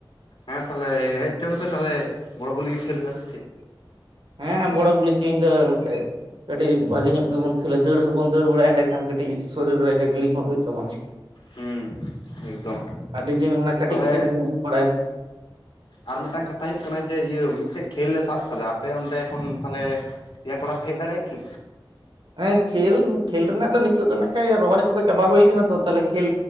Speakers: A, on the left; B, on the right.
A: ᱦᱮᱸ, ᱛᱟᱦᱚᱞᱮ ᱦᱮᱡ ᱦᱚᱪᱚᱱ ᱯᱮ ᱛᱟᱦᱚᱞᱮ ᱵᱚᱲᱚ ᱜᱩᱞᱤ ᱜᱮ ᱠᱷᱮᱞ ᱦᱩᱭᱩᱜᱼᱟ ᱥᱮ ᱪᱮᱫ?
B: ᱦᱮᱸ ᱦᱮᱸ ᱵᱚᱲᱚ ᱜᱩᱞᱤ ᱛᱮᱦᱤᱧ ᱫᱚ ᱱᱟᱜ ᱠᱷᱟᱡ ᱠᱟᱹᱴᱤᱡ ᱵᱷᱟᱜᱮ ᱧᱚᱜ ᱜᱮᱵᱚᱱ ᱠᱷᱮᱞᱟ ᱫᱟᱹᱲ ᱵᱚᱱ ᱫᱟᱹᱲ ᱵᱟᱲᱟᱭᱟ ᱮᱸᱰᱮ ᱠᱷᱟᱱ ᱠᱟᱹᱴᱤᱡ ᱥᱚᱨᱤᱨ ᱨᱮ ᱡᱟᱜᱽᱞᱤᱝ ᱦᱚᱸ ᱦᱳᱭᱳᱜ ᱛᱟᱵᱚᱱᱟ ᱾
A: ᱦᱩᱸ, ᱮᱠᱫᱚᱢ
B: ᱟᱹᱰᱤ ᱫᱤᱱ ᱚᱱᱟ ᱠᱟᱹᱴᱤᱡ
A: ᱛᱟᱦᱚᱞᱮ
B: ᱠᱟᱹᱴᱤᱡ ᱵᱚᱱ ᱫᱩᱲᱩᱵ ᱵᱟᱲᱟᱭᱮᱫᱟ᱾
A: ᱟᱨ ᱢᱤᱫᱴᱟᱝ ᱠᱟᱛᱷᱟ ᱦᱳᱭᱳᱜ ᱠᱟᱱᱟ ᱡᱮ ᱤᱭᱟᱹ ᱢᱤᱫᱥᱮᱫ ᱠᱷᱮᱞ ᱞᱮ ᱥᱟᱵ ᱠᱟᱫᱟ ᱟᱯᱮ ᱚᱸᱰᱮ ᱠᱷᱚᱱ ᱛᱟᱦᱚᱞᱮ ᱯᱮᱭᱟ ᱠᱚᱲᱟ ᱯᱮ ᱦᱮᱡ ᱫᱟᱲᱮᱭᱟᱜ-ᱟ ᱠᱤ?
B: ᱦᱮᱸ ᱠᱷᱮᱞ ᱠᱷᱮᱞ ᱨᱮᱱᱟᱜ ᱫᱚ ᱱᱤᱛᱚᱜ ᱫᱚ ᱱᱟᱜ ᱠᱷᱟᱡ ᱨᱚᱦᱚᱭ ᱠᱚ ᱫᱚ ᱪᱟᱵᱟ ᱦᱳᱭ ᱠᱟᱱᱟ ᱛᱚ ᱛᱟᱦᱚᱞᱮ ᱠᱷᱮᱞ